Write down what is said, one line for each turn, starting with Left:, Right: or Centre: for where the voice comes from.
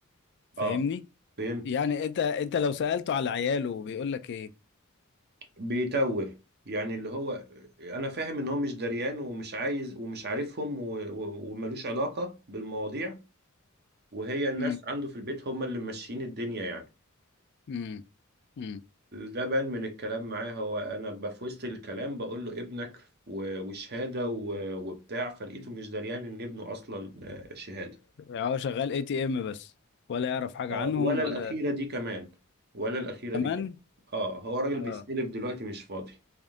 Left: فاهمني
Right: اه فهمت
Left: يعني انت انت لو سالته على عياله بيقول لك ايه
Right: بيتوه يعني اللي هو انا فاهم ان هو مش دريان ومش عايز ومش عارفهم و- و- وملوش علاقة بالمواضيع وهي الناس
Left: امم
Right: عنده في البيت هم اللي ماشيين الدنيا يعني
Left: امم امم
Right: ده بان من الكلام معاه هو انا ب- في وسط الكلام بقول له ابنك و- وشهاده و- وبتاع فلقيته مش دريان ان ابنه اصلا آه، شهاده
Left: هو شغال اي تي ام بس ولا يعرف حاجه
Right: اه
Left: عنهم
Right: ولا
Left: ولا
Right: الاخيره دي كمان ولا الاخيره
Left: كمان
Right: دي كمان اه هو راجل
Left: اه
Right: بيستلف دلوقتي مش فاضي